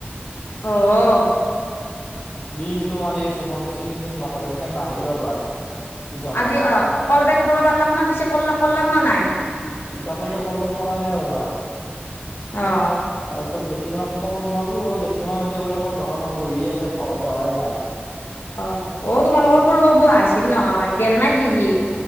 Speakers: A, on the left; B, on the left.
A: অ
B: দিনতটো মাৰি আছো ফোন ৰিচিভ চিচিভ নকৰে সেইকাৰণে নাহিলোঁ ৰ'বা টিউচনত
A: আজি কল বেক কৰবা পাৰলাক না পিছে কৰলাক কৰলাক না নাই
B: ইটাক লগি কল বেক কৰাই নাই ৰবা
A: অ
B: তাৰপিছত জেঠীমাক ফোন মাৰলো জেঠীমা <unintelligible> লো <unintelligible> দোকানত বহি আছে ঘৰত যাৱাই নাই
A: অ অ তোমালোকৰ সৰু বাবু আহিছিল নহয় গেল না কি সি?